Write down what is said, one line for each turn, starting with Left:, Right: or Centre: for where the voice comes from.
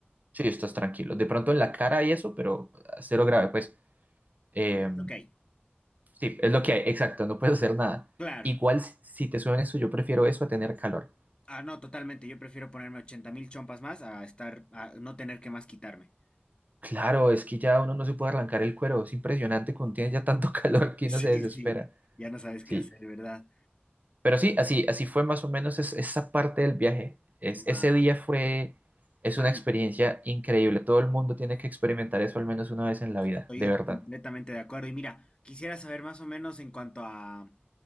Right: Sí, estás tranquilo. De pronto en la cara y eso, pero cero grave, pues. Eh,
Left: Pues es lo que hay.
Right: sí, es lo que hay, exacto, no puedes hacer nada.
Left: Claro.
Right: Igual si si te suena eso, yo prefiero eso a tener calor.
Left: Ah, no, totalmente. Yo prefiero ponerme ochenta mil chompas más a estar, a no tener que más quitarme. <laughs>
Right: Claro, es que ya uno no se puede arrancar el cuero, es impresionante cuando tiene ya tanto <laughs> calor que uno
Left: Sí,
Right: se desespera.
Left: sí. Ya no sabes
Right: Sí,
Left: qué hacer, ¿verdad?
Right: pero sí, así, así fue más o menos es- esa parte del viaje. Es,
Left: Guau,
Right: ese día fue, es
Left: mágico.
Right: una experiencia increíble, todo el mundo tiene que experimentar eso al menos una vez en la
Left: Estoy
Right: vida, de verdad.
Left: completamente de acuerdo. Y mira, quisiera saber más o menos en cuanto a